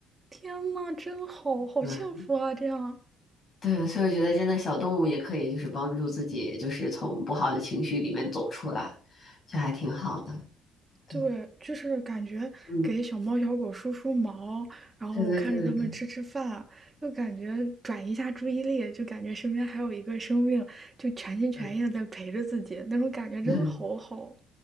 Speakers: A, on the right; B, on the left.
A: 天呐，真好，
B: <laughs>。
A: 好幸福啊！
B: 嗯，
A: 这样，
B: 对，所以我觉得真的小动物也可以就是帮助自己，就是从不好的情绪里面走出来，就还挺好的。对，
A: 对，就是感觉给小猫小狗梳梳毛，
B: 嗯，
A: 然后看着它们吃吃饭，
B: 对对对对对，
A: 就感觉转移一下注意力，就感觉身边还有一个生命，就全心全意的在陪着自己，
B: 嗯。
A: 那种感觉真的好好。
B: <laughs>